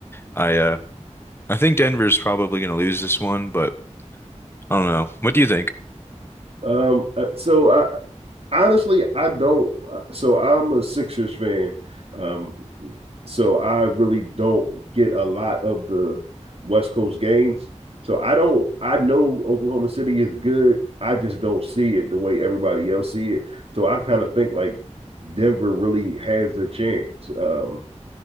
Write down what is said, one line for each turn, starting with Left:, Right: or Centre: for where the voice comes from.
Left: I uh I think Denver's probably gonna lose this one, but I don't know. What do you think?
Right: Um, uh, so I honestly, I don't. uh, So I'm a Sixers fan. Um, so I really don't get a lot of the West Coast games. So I don't. I know Oklahoma City is good. I just don't see it the way everybody else see it. So I kind of think like Denver really has a chance. Um,